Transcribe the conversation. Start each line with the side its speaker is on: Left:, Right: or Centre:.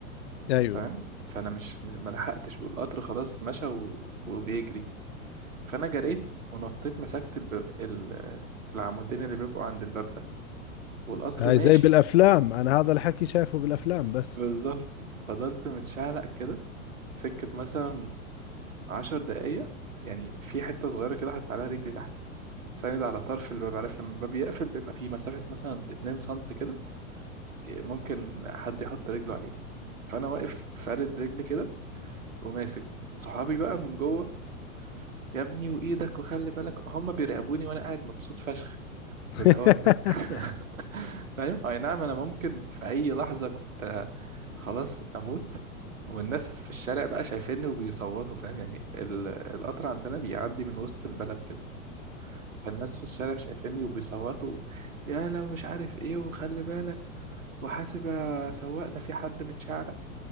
Left: ايوه
Right: فاهم فأنا مش مش- ما لحقتش والقطر خلاص مشى و... وبيجري فأنا جريت ونطيت مسكت الب... ال... العمودين اللي بيبقوا عند الباب ده والقطر
Left: بس هاي
Right: ماشي
Left: زي بالافلام انا هذا الحكي شايفه بالافلام بس
Right: بالظبط فضلت متشعلق كده سكة مثلا عشر دقايق يعني في حتة صغيرة كده حط عليها رجلي تحت ساند على طرف الباب عارف لما الباب يقفل بيبقى فيه مسافة مثلا اتنين سنت كده ممكن حد يحط رجله عليهم فانا واقف فارد رجلي كده وماسك صحابي بقى من جوه يا ابني وايدك وخلي بالك هم بيراقبوني وانا قاعد مبسوط فشخ
Left: <laughs>
Right: بالحوار ده <laughs> فاهم اي نعم انا ممكن في اي لحظه كنت خلاص اموت والناس في الشارع بقى شايفيني وبيصوتوا فاهم يعني ال- القطر عندنا بيعدي من وسط البلد كده فالناس في الشارع شايفيني وبيصوتوا يا لو مش عارف ايه وخلي بالك وحاسب يا سواق ده في حد متشعلق